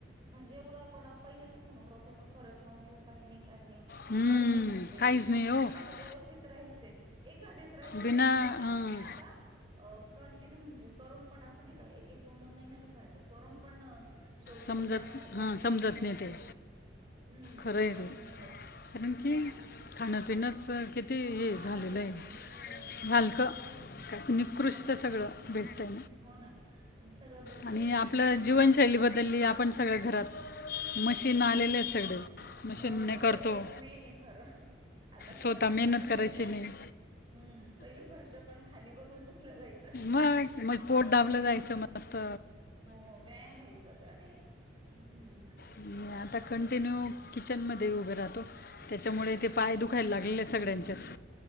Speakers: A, on the right; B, on the left.
A: म्ह जेवढं आपण पहिल्या तर सोनोग्राफी आपण करत नव्हतो काही नाही काही नाही
B: हम्म,
A: तरी पण म्हणजे,
B: काहीच
A: असं
B: हो
A: नाही का व्यवस्थित राहायचे एखादीच राहाची
B: बिना
A: सोनोग्राफी
B: हं,
A: आणि आता कंटिन्यू म्हणजे करून पण असं नाही एक एक दोन दोन महिन्याला सारखं करून पण शेवटी
B: समजत
A: त्या बाळाला प्रॉब्लेमच
B: हां समजत
A: राहतो
B: नाही ते
A: हम्म...
B: खरं आहे
A: कळून
B: ते
A: नाही येत,
B: कारण
A: हो
B: की
A: ना
B: खाणं पिणंच किती हे
A: खाणं
B: झालेलं
A: पिणं...
B: आहे
A: हो...
B: हलकं
A: तेच ना,
B: निकृष्ट
A: हलकं
B: सगळं
A: हम्म
B: भेटतंय
A: हो ना. हे सगळं भेसळ
B: आणि
A: वगैरे
B: आपलं
A: तेच
B: जीवनशैली
A: आहे खाण्यात
B: बदलली आपण सगळ्या घरात
A: <unintelligible>
B: मशीन आलेले आहेत
A: हो
B: सगळे
A: हो..
B: मशीनने करतो
A: ते एक, मेन ए खरं... आता...
B: स्वतः
A: क... वॉशिंग
B: मेहनत
A: मशीन
B: करायची
A: ए
B: नाही
A: हम्म... पहिल्या फरशा पण खाली बसून पुसलं जायचं
B: मग म पोट दाबलं जायचं मस्त
A: हो व्यायाम व्हायचा त्याने... हम्म
B: मी आता कंटिन्यू किचन मध्ये उभं राहतो त्याच्यामुळे ते
A: हो
B: पाय दुखायला लागलेले हेत सगळ्यांच्याच